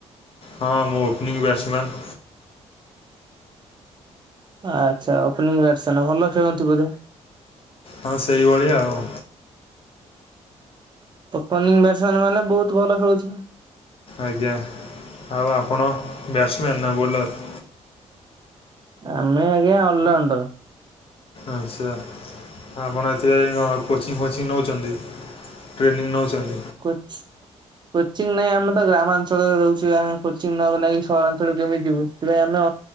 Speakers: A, on the left; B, on the right.
A: ହଁ ମୁଁ ଓପନିଂ ବ୍ୟାଟ୍ସମ୍ୟାନ୍।
B: ଆଛା ଓପନିଂ ବ୍ୟାଟସ ମେନ୍ ଭଲ ଖେଳନ୍ତି ବୋଧେ?
A: ହଁ ସେଇ ଭଳିଆ ଆଉ।
B: ଓପନିଂ ବ୍ୟାଡ଼ଶମ୍ୟାନ ମାନେ ବହୁତ ଭଲ ଖେଳୁଥିବେ।
A: ଆଜ୍ଞା ଆଉ ଆପଣ ବ୍ୟାଟ୍ସମ୍ୟାନ୍ ନା ବୋଲର?
B: ଆମେ ଆଜ୍ଞା ଅଲ୍ରାଉଣ୍ଡର।
A: ଆଚ୍ଛା ଆପଣ ଏଥିରେ ଯାଇଁକି କଣ କୋଚିଂ ଫୋଚିଂ ନେଉଚନ୍ତି? ଟ୍ରେନିଂ ନଉଚନ୍ତି?
B: କୋଚି କୋଚିଂ ନାହିଁ ଆମେ ତ ଗ୍ରାମାଞ୍ଚଳରେ ରହୁଚୁ ଆମେ କୋଚିଂ ନବା ନାଗି ସହରାଞ୍ଚଳକୁ କେମିତି ଯିବୁ ସେଥିପାଇଁ ଆମେ